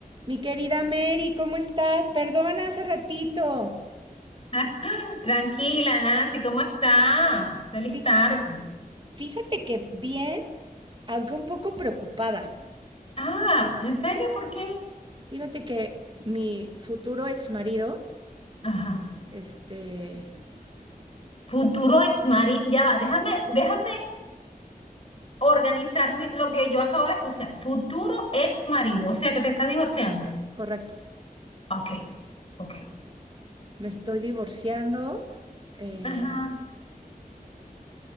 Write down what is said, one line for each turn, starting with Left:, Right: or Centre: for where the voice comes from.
Right: Mi querida Mary, ¿cómo estás? Perdona hace ratito.
Left: <laughs> Tranquila, Nancy, ¿cómo estás? Feliz
Right: Fí-
Left: tarde.
Right: Fíjate que bien, aunque un poco preocupada.
Left: Ah, ¿en serio? ¿Por qué?
Right: Fíjate que mi futuro ex marido,
Left: Ajá.
Right: este,
Left: Futuro ex marido. Ya va, déjame, déjame organizarme lo que yo acabo de escuchar. Futuro ex marido, o sea que te estás divorciando.
Right: correcto,
Left: Ok, ok.
Right: me estoy divorciando. eh,
Left: Ajá,